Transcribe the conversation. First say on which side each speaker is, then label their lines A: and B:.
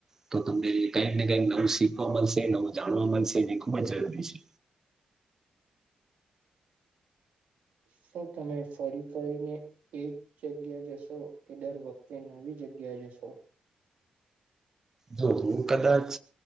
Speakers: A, on the right; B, on the right.
A: તો તમને કઈક ને કઈક નવું શીખવા મળશે નવું જાણવા મળશે એ ખુબ જ જરૂરી છે
B: સર તમે ફરી ફરીને એક જગ્યા જશો કે દર વખતે નવી જગ્યા જશો
A: જો હું કદાચ